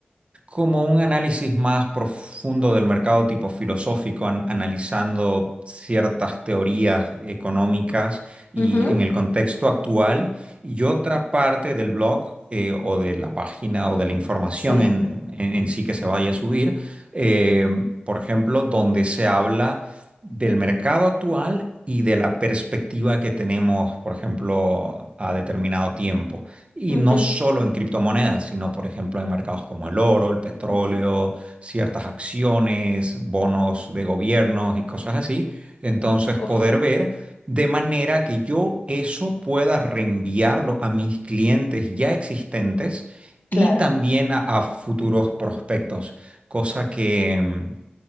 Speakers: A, on the right (about 35°); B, on the left (about 60°).
A: como un análisis más profundo del mercado tipo filosófico, an- analizando ciertas teorías económicas y
B: Ujú,
A: en el contexto actual. Y otra parte del blog eh, o de la página o de la información
B: Sí.
A: en, en- en sí que se vaya a subir, eh, por ejemplo, donde se habla del mercado actual y de la perspectiva que tenemos, por ejemplo, a determinado tiempo. Y
B: Ujú.
A: no solo en criptomonedas, sino por ejemplo en mercados como el oro, el petróleo, ciertas acciones, bonos de gobiernos y cosas así. Entonces
B: Uf,
A: poder ver de manera que yo eso pueda reenviarlo a mis clientes ya existentes
B: claro.
A: y también a, a futuros prospectos, cosa que, mm,